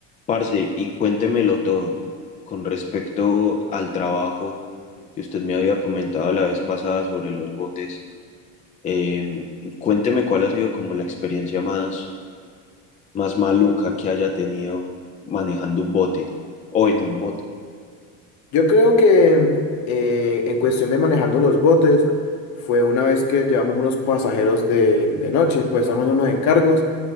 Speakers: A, on the left (about 20°); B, on the left (about 50°).
A: Parce, y cuéntemelo todo con respecto al trabajo que usted me había comentado la vez pasada sobre los botes. eh, cuénteme cuál ha sido como la experiencia más, más maluca que haya tenido manejando un bote o en un bote.
B: Yo creo que eh, en cuestión de manejando los botes, fue una vez que llevamos unos pasajeros de, de noche, pues estábamos en unos encargos